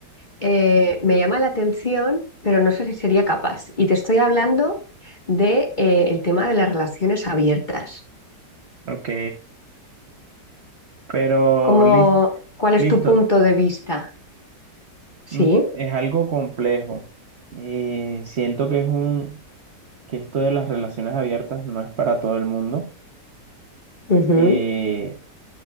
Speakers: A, on the left; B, on the right.
A: eh, me llama la atención, pero no sé si sería capaz. Y te estoy hablando de eh, el tema de las relaciones abiertas.
B: ok, pero
A: ¿Cómo?
B: lis-
A: ¿cuál es
B: listo,
A: tu punto de vista? Sí.
B: Mm, es algo complejo y siento que es un, que esto de las relaciones abiertas no es para todo el mundo.
A: ujú.
B: Eh,